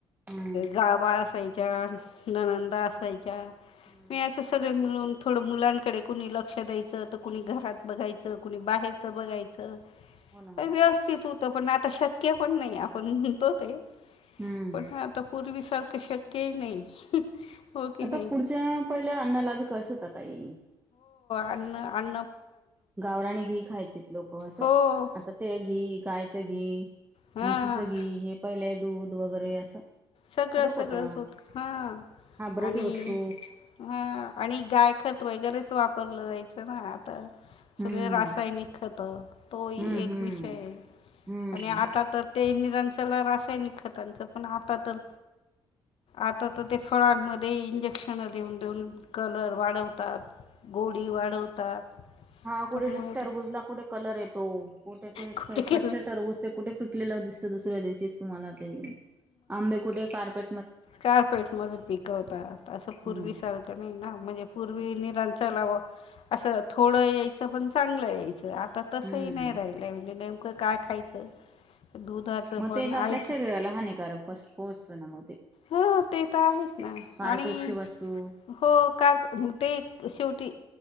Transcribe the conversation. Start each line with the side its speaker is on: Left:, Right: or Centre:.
Right: हम्म
Left: गाबा असायच्या ननंदा
Right: हम्म
Left: असायच्या
Right: हम्म
Left: मी असे सगळे मिळून थोडं मुलांकडे कुणी लक्ष द्यायचं तर कुणी घरात बघायचं कुणी बाहेर बघायच
Right: हो ना हो ना
Left: व्यवस्थित होत पण आता शक्य पण नाही आपण म्हणतो ते
Right: हम्म
Left: पण आता पूर्वी सारखं शक्यही नाही. हो की
Right: आता
Left: नाही
Right: पुढच्या पहिल्या अन्नाला बी कस होतात आई
Left: अन अन
Right: गावराणी घी खायचीत लोक असं
Left: हो
Right: आता ते घी गायचं घी
Left: हा
Right: म्हशीचं
Left: हा
Right: हे पहिलेय दूध वगैरे असं
Left: सगळं
Right: फरक होता
Left: सगळंच होत हा
Right: हायब्रेड
Left: आणि
Right: वस्तू
Left: ह आणि गाय खत वगैरे वापरलं जायचं ना <unintelligible>
Right: हम्म
Left: सगळे रासायनिक खत तोही
Right: हम्म
Left: एक
Right: हम्म
Left: विषय आहे.
Right: हम्म
Left: आणि आता तर ते निरांशला रासायनिक खतांच पण आता तर आता तर ते फळांमध्ये इंजेक्शन देऊन देऊन कलर वाढवतात. गोडी वाढवतात.
Right: हा कुठे
Left: त्यामुळे
Right: टरबूज
Left: ते
Right: ला कुठे कलर येतो कुठे ते
Left: कुठे गेलं
Right: कच्चे टरबूज ते कुठे पिकले त दुसरे दिवशी तुम्हाला ते आंबे कुठे कार पे
Left: कारपेट मध्ये पिकवतात. असं
Right: हम्म
Left: पूर्वी सारखं नाही ना म्हणजे पूर्वी निरंतर चलाव असं थोडं यायचं पण चांगलं. आता तस
Right: हम्म
Left: ह नाही राहिलय म्हणजे नेमकं काय खायचं <inaudible>
Right: मग
Left: पण
Right: ते ज आपल्या
Left: ऐक
Right: शरीराला हानिकारक पोहोचतो ना मग ते
Left: हा ते तर आहेच ना
Right: कार्पेटची
Left: आणि
Right: वस्तू
Left: हो ते शेवटी